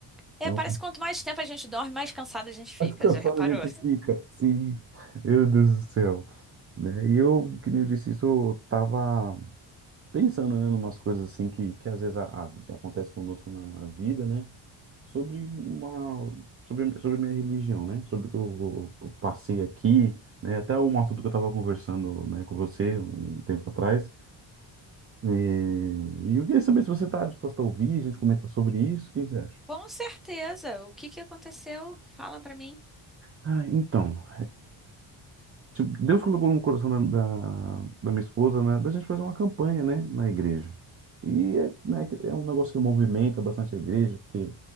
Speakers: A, in the centre; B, on the right.
A: É,
B: é um
A: parece que quanto mais tempo a gente dorme, mais cansada a gente fica.
B: mais cansado
A: Já reparou?
B: a gente fica. Sim, meu Deus do céu. Né? E eu, que nem eu disse isso, eu tava pensando, né, numas coisas assim que, que às vezes a, a, acontece conosco na, na vida, né? Sobre uma, sobre, sobre a minha religião, né? Sobre o que eu, eu passei aqui, né? Até um assunto que eu tava conversando, né, com você um tempo atrás. E, e eu queria saber se você tá disposto a ouvir, a gente comenta sobre isso, o que que você acha?
A: Com certeza. O que que aconteceu? Fala pra mim.
B: Ah, então, Tipo, Deus colocou no coração da, da, da minha esposa, né, da gente fazer uma campanha, né, na igreja. E é, né, é um negócio que movimenta bastante a igreja, porque